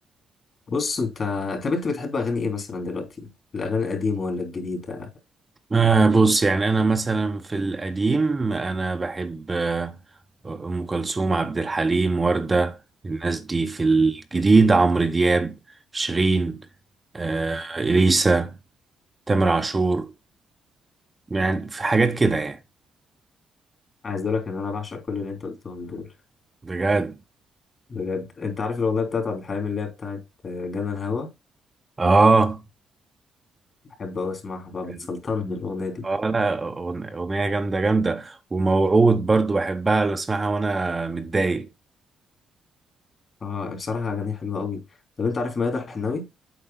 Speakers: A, on the left (about 45°); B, on the right (about 20°).
A: بص انت طب انت بتحب اغاني ايه مثلا دلوقتي الاغاني القديمه ولا الجديده
B: آه بص يعني أنا مثلا في القديم أنا بحب آه، أم كلثوم عبد الحليم وردة الناس دي في الجديد عمرو دياب شيرين آه إليسا تامر عاشور يعني في حاجات كده يعني
A: عايز اقول لك ان انا بعشق كل اللي انت قلتهم دول
B: بجد
A: بجد انت عارف الاغنيه بتاعت عبد الحليم اللي هي بتاعت جنى الهوى
B: آه
A: بحب اوي اسمعها بقى
B: يعني-
A: بتسلطني الاغنيه دي
B: آه لا أغن- أغنية جامدة جامدة وموعود برضو بحبها بسمعها وأنا متضايق
A: اه بصراحه اغانيها حلوه قوي طب انت عارف ميادة الحناوي